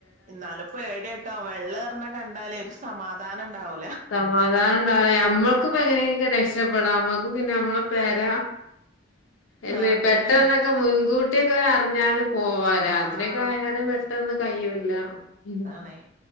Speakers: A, on the right (about 40°); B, on the left (about 85°).
A: ഇന്നാലും പേട്യ ട്ടോ വെള്ളേറ്ണ കണ്ടാലേ ഒരു സമാധാനം ഇണ്ടാവൂല
B: സമാധാനം ഇണ്ടാവൂലേ നമ്മക്കിപ്പ എങ്ങനെയൊക്കെ രക്ഷപ്പെടാം നമ്മക്ക് പിന്നെ നമ്മള പെര അല്ലെ
A: അതാണ്
B: പെട്ടെന്നൊക്കെ മുൻകൂ കുട്ടിയൊക്കെ അറിഞ്ഞാലും പോവാ രാത്രി
A: ആഹ്
B: ഒക്കെ ആയാല് പെട്ടെന്ന് കയ്യൂല്ല ഉം
A: അതാണേ